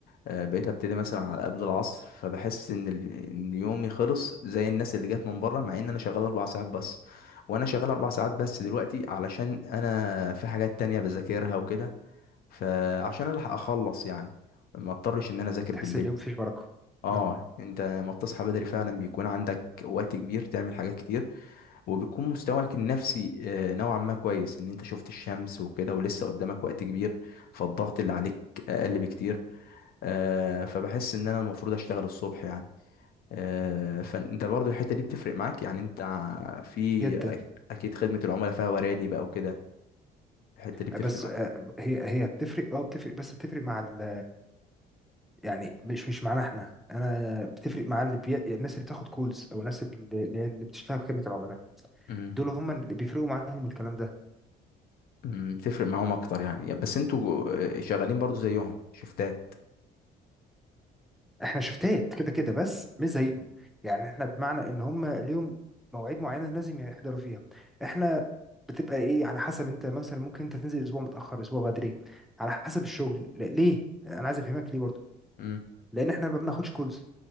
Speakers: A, on the left (about 60°); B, in the centre.
A: آه، بقيت ابتدي مثلا على قبل العصر فبحس ان ال- ان يومي خلص زي الناس اللي جت من بره مع ان انا شغال اربع ساعات بس وانا شغال اربع ساعات بس دلوقتي علشان انا في حاجات تانية بذاكرها وكده فعشان الحق اخلص يعني ما اضطرش ان انا اذاكر
B: مم، تحس
A: بالليل
B: اليوم فيه بركه
A: اه
B: امم
A: انت ما بتصحى بدري فعلا بيكون عندك وقت كبير تعمل حاجات كتير وبيكون مستواك النفسي آه، نوعا ما كويس ان انت شفت الشمس وكده ولسه قدامك وقت كبير فالضغط اللي عليك اقل بكتير آه، فبحس ان انا المفروض اشتغل الصبح يعني آه، فانت برضو الحتة دي بتفرق معاك يعني انت ع- في
B: جدا
A: أك- اكيد خدمة العملاء فيها ورادي بقى وكده الحتة دي بتفرق
B: آه، بس
A: معاك
B: آه، هي هي بتفرق اه بتفرق بس بتفرق مع ال يعني مش مش معانا احنا انا بتفرق مع اللي بي... الناس اللي بتاخد كولز او الناس اللي اللي هي اللي بتشتغل في خدمه العملاء
A: مم.
B: دول هم اللي بيفرقوا معاهم الكلام ده
A: مم، تفرق معاهم اكتر يعني بس انتوا جو- آه، شغالين برضو زيهم شفتات
B: احنا شفتات كده كده بس مش زيهم يعني احنا بمعنى ان هم ليهم مواعيد معينه لازم يحضروا فيها احنا بتبقى ايه على حسب انت مثلا ممكن انت تنزل اسبوع متاخر اسبوع بدري على حسب الشغل لا ليه انا عايز افهمك ليه برضه
A: مم.
B: لان احنا ما بناخدش كولز